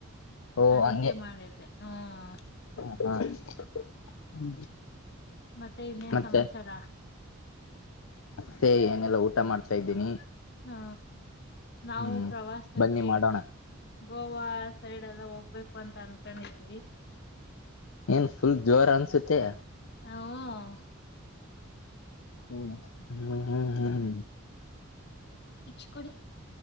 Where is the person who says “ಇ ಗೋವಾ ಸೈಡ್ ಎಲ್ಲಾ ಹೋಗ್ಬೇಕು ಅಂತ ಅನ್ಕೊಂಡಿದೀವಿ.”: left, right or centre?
Left